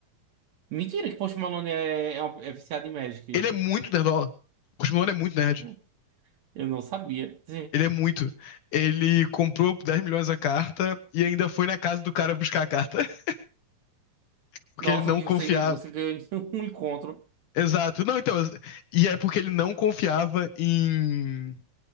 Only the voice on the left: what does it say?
Ele é muito nerdola. O Chris é muito nerd.
Ele é muito. Ele comprou por 10 milhões a carta e ainda foi na casa do cara buscar a carta, <laughs> porque
ele não
confiava.
Exato. Não, então. E é porque ele não confiava em,